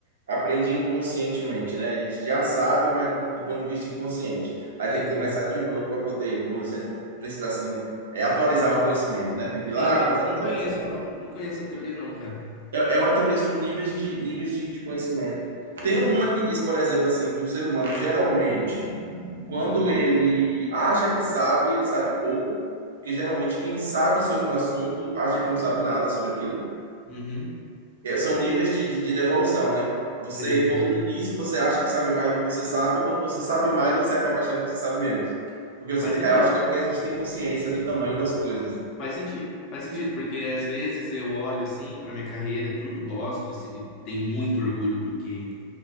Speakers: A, on the right; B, on the left.
A: aprende inconscientemente, né? A gente já sabe, mas do, do ponto de vista inconsciente. Aí
B: Sei,
A: tem que
B: sei.
A: começar de novo para poder, vamos dizer, se a gente for precisar assim, é, atualizar um conhecimento, né? Tem que
B: Entendi.
A: ir lá, começar
B: Não
A: do zero,
B: conheço,
A: etc e tal.
B: não. Não conheço a teoria, não, cara.
A: É, é uma teoria sobre níveis de níveis de, de conhecimento.
B: Interessante.
A: Tem uma que diz, por exemplo, assim, que o ser humano geralmente quando ele acha que sabe, ele sabe pouco, porque geralmente quem sabe sobre um assunto acha que não sabe nada sobre aquilo.
B: Uhum.
A: É, São níveis de, de, de devolução, né? Você,
B: Sei,
A: quando
B: sei.
A: no início você acha que sabe mais do que você sabe, quando você sabe mais, você acaba achando que você sabe menos. Porque você,
B: Faz
A: tem-
B: sentido.
A: eu acho que é porque a gente tem consciência do tamanho das coisas.
B: Faz sentido, faz sentido, porque às vezes eu olho assim pra minha carreira, tudo, gosto, assim, tenho muito orgulho do que